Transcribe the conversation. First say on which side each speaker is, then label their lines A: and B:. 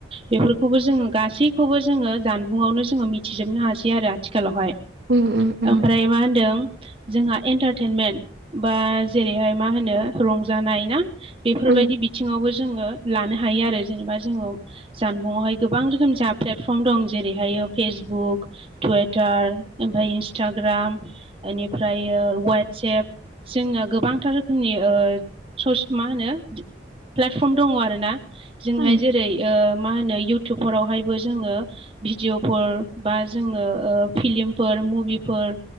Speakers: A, on the right; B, on the right.
A: बेफोरखौबो जोंङो गासैखौबो जोंङो जानबुंआवनो जोंङो मिथिजोबनो हासै आरो आथिखालावहाय।
B: उम उम उम
A: ओमफ्राय मा होनदों जोंहा एन्टारटेनमेन्ट बा जेरैहाय मा होनो रंजानाय ना? बेफोरबायदि
B: उम
A: बिथिङावबो जोंङो लानो हायो आरो जेनेबा जोंङो जानबुंआवहाय गोबां रोखोम जहा प्लेटफर्म दं जेरैहायो फेसबुक टुइटार ओमफ्राय इन्सटाग्राम बेनिफ्राय वाट्सेएप जोंना गोबांथार रोखोमनि ओ सस मा होनो प्लेटफर्म दङ आरोना। जोंहाय
B: उम
A: जेरै ओ मा होनो इउटुबफोरावहायबो जोंङो भिडिअफोर बा जोंङो ओ फिलिमफोर मुभिफोर